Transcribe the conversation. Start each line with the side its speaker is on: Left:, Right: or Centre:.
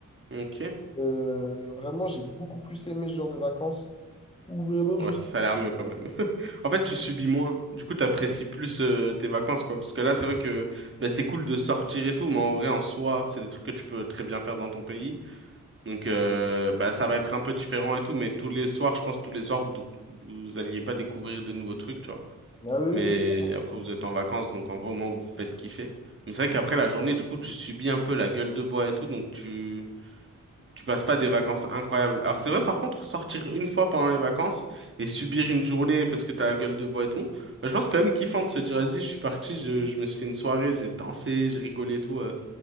Right: ok
Left: Euh, vraiment, j'ai beaucoup plus aimé ce genre de vacances. Ou vraiment
Right: Ouais,
Left: juste...
Right: ça a l'air mieux quand même. <laughs> En fait, tu subis moins. Du coup, t'apprécies plus euh, tes vacances, quoi. Parce que là, c'est vrai que bah, c'est cool de sortir et tout, mais en vrai, en soi, c'est des trucs que tu peux très bien faire dans ton pays. Donc, euh, bah, ça va être un peu différent et tout, mais tous les soirs, je pense, tous les soirs, vous, dou- vous alliez pas découvrir de nouveaux trucs, tu vois.
Left: Ah oui, oui.
Right: Mais
Left: oui.
Right: après, vous êtes en vacances, donc en vrai, au moins, vous vous faites kiffer. Mais c'est vrai qu'après la journée, du coup, tu subis un peu la gueule de bois et tout, donc tu tu passes pas des vacances incroyables. Alors que c'est vrai, par contre, sortir une fois pendant les vacances et subir une journée parce que t'as la gueule de bois et tout, bah, je pense quand même kiffant de se dire, vas-y, je suis parti, je, je me suis fait une soirée, j'ai dansé, j'ai rigolé et tout, euh,